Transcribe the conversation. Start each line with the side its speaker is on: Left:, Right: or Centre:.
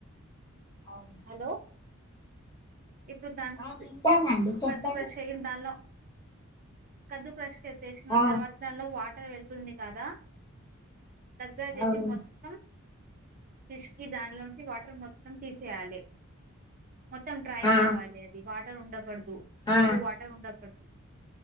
Left: అవును
Right: హలో ఇప్పుడు దానికిద్,
Left: ఆ వింటానండి చెప్పండి
Right: కద్దు క్రష్ అగిన బెల్లం. కద్దు క్రష్ కె తేసుకున్న
Left: ఆ
Right: తర్వాత దానిలో వాటర్ వెళ్తుంది కదా! దగ్గా చేసి
Left: అవును
Right: మొత్తం పిస్కీ దాంలోంచి వాటర్ మొత్తం తీసేయాలి. మొత్తం డ్ర
Left: ఆ
Right: కావాలి అది వాటర్ ఉండకూడదు వద్దు
Left: ఆ
Right: వాటర్ ఉండకూడదు.